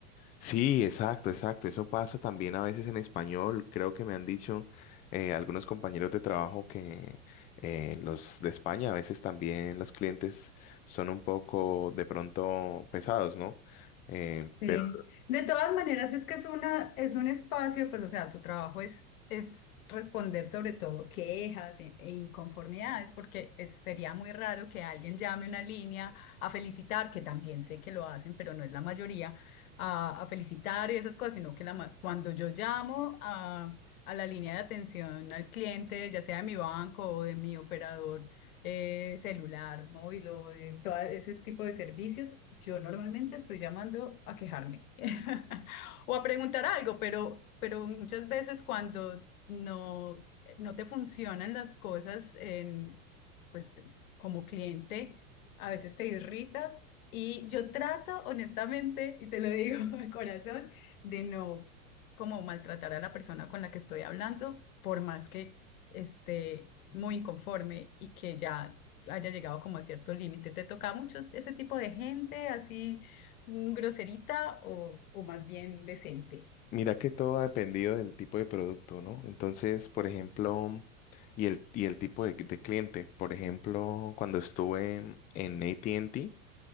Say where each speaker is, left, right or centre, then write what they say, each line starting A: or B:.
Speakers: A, on the left; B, on the left.
A: Sí, exacto, exacto. Eso pasa también a veces en español. Creo que me han dicho eh, algunos compañeros de trabajo que eh, los de España a veces también los clientes son un poco de pronto pesados, ¿no? Eh,
B: Sí,
A: pero
B: de todas maneras es que es una, es un espacio, pues, o sea, tu trabajo es, es responder sobre todo quejas e, e inconformidades, porque es- sería muy raro que alguien llame una línea a felicitar, que también sé que lo hacen, pero no es la mayoría, a, a felicitar y esas cosas, sino que la, ma- cuando yo llamo a, a la línea de atención al cliente, ya sea de mi banco o de mi operador, eh, celular, móvil o de todo ese tipo de servicios, yo normalmente estoy llamando a quejarme <laughs> o a preguntar algo, pero, pero muchas veces cuando no, no te funcionan las cosas en, pues, como cliente, a veces te irritas y yo trato honestamente, y te lo digo <laughs> de corazón, de no como maltratar a la persona con la que estoy hablando, por más que este, muy inconforme y que ya haya llegado como a cierto límite. ¿Te toca mucho ese tipo de gente así mm, groserita o, o más bien decente?
A: mira que todo ha dependido del tipo de producto, ¿no? Entonces, por ejemplo, y el, y el tipo de, de cliente. Por ejemplo, cuando estuve en AT&T